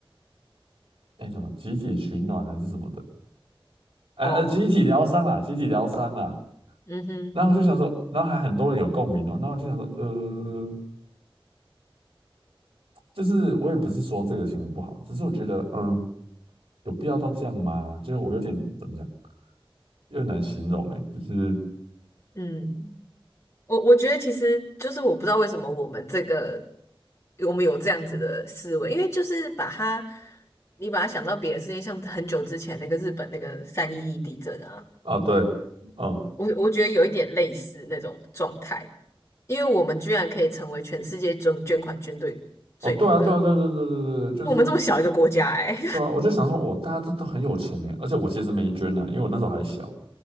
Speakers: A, on the right; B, on the left.
A: 哎什么集体取暖还是什么的，哎呃集体疗伤啦，
B: 哦，
A: 集体疗伤啦。
B: 嗯哼，
A: 然后我就想说，然后还很多人有共鸣哦，然后我就想说，呃，就是我也不是说这个行为不好，只是我觉得，嗯，有必要到这样吗？就是我有点怎么讲，有点难形容诶，就是
B: 嗯，我我觉得其实就是我不知道为什么我们这个我们有这样子的思维，因为就是把它你把它想到别的事情，像很久之前那个日本那个三一一地震啊，
A: 啊，对，嗯，
B: 我我觉得有一点类似那种状态，因为我们居然可以成为全世界捐捐款军队。最多的
A: 哦，对啊，对啊，对啊对啊对啊对啊对啊，就是
B: 我们这么小一个国家、欸，<laughs> 哎，
A: 对啊，我就想说，哦，大家都都很有钱诶，而且我其实没捐呐，因为我那时候还小，